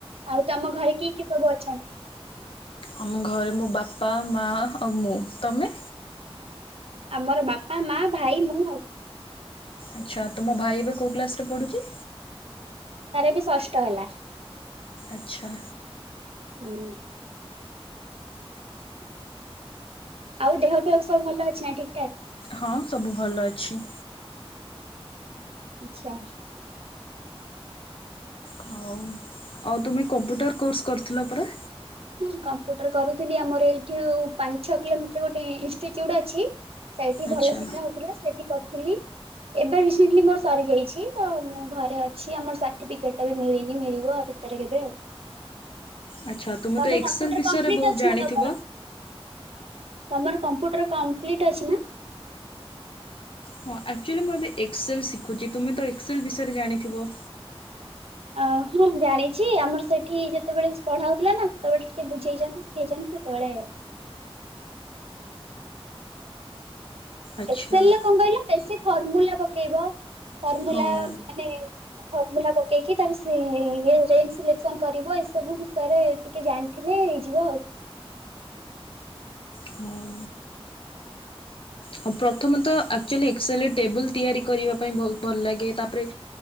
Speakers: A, on the right (about 70°); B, on the left (about 60°).
A: ଆଉ ତମ ଘରେ କିଏ କିଏ ସବୁ ଅଛନ୍ତି? ହ <inaudible>
B: ଆମ ଘରେ ମୋ ବାପା, ମା ଆଉ ମୁଁ। ତମେ?
A: ଆମର ବାପା ମା ଭାଇ ମୁଁ।
B: ଆଚ୍ଛା! ତମ ଭାଇ ଏବେ କୋଉ କ୍ଲାସ ରେ ପଢୁଛି?
A: ତାର ଏବେ ଷଷ୍ଟ ହେଲା।
B: ଆଚ୍ଛା।
A: ହୁଁ। ଆଉ ଦେହ ଫେହ ସବୁ ଭଲ ଅଛି ନା? ଠିକ ଠାକ୍।
B: ହଁ ସବୁ ଭଲ ଅଛି।
A: ଆଚ୍ଛା।
B: ହଉ ଆଉ ତୁମେ କମ୍ପ୍ୟୁଟର କୋର୍ସ କରିଥିଲ ପରା?
A: ହଁ କମ୍ପୁଟର କରୁଥିଲି ଆମର ଏଇଠୁ ପାଞ୍ଚ ଛଅ କିଲୋମିଟର ଗୋଟେ ଇନଷ୍ଟିଚ୍ୟୁଟ ଅଛି। ସେଇଠି ଭଲ
B: ଆଚ୍ଛା
A: ଶିଖା ହଉଥିଲା ସେଇଠି କରୁଥିଲି। ଏବେ ରିସେଣ୍ଟଲି ମୋର ସରିଯାଇଛି ତ ମୁଁ ଘରେ ଅଛି ଆମର ସାର୍ଟିଫିକେଟ ବି ମିଳିନି ମିଳିବ। ଭିତରେ କେବେ ଆଉ।
B: ଆଚ୍ଛା ତୁମେ
A: ତମେ
B: ତ ଏକ୍ସେଲ
A: କମ୍ପ୍ୟୁଟର
B: ବିଷୟରେ
A: କଂପ୍ଲିଟ୍
B: ବହୁତ
A: ଅଛି
B: ଜାଣିଥିବ?
A: ନା ତମର? ତମର କମ୍ପ୍ୟୁଟର କମ୍ପ୍ଲିଟ୍ ଅଛି ନା?
B: ହଁ ଆକ୍ଚୁଆଲି ମୁଁ ଏବେ ଏକ୍ସଲ୍ ଶିଖୁଛି ତୁମେ ତ ଏକ୍ସଲ ବିଷୟରେ ଜାଣିଥିବ।
A: ଅ ହଁ ଜାଣିଛି ଆମର ସେଠି ଯେତେବେଳେ ପଢାହେଉଥିଲା ନା ସେତେବେଳେ ଟିକେ ବୁଝେଇଛନ୍ତି। ଛନ୍ତି ସେତେବେଳେ।
B: ଆଚ୍ଛା
A: ଏକ ସେଲ୍ ରେ କଣ କହିଲ ବେଶୀ ଫର୍ମୁଲା ପକେଇବ। ଫର୍ମୁଲା
B: ହଁ
A: ମାନେ ଫର୍ମୁଲା ପକେଇକି ତାର ସେ ରେଞ୍ଜ ସିଲେକ୍ସନ କରିବ ଏସବୁ ବିଷୟରେ ଟିକେ ଜାଣି ଦେଖିଲେ ହେଇଯିବ ଆଉ।
B: ହଁ। ହଁ ପ୍ରଥମେ ତ ଆକ୍ଚୁଲି ଏକେସେଲ ଟେବୁଲୁ ତିଆରି କରିବା ପାଇଁ ବହୁତ ଭଲ ଲାଗେ ତାପରେ